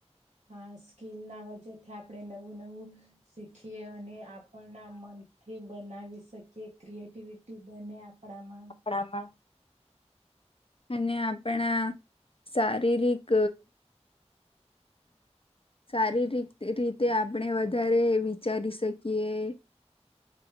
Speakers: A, on the right; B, on the left.
A: હા સ્કીિલના <unintelligible> આપણે નવું નવું શીખીએ અને અપ આપણા મનથી બનાવી શકીએ ક્રિએટિવિટી બને આપણામાં.
B: આપણામાં. અને આપણા શારીરિક સારી રી રીતે આપણે વધારે વિચારી શકીએ.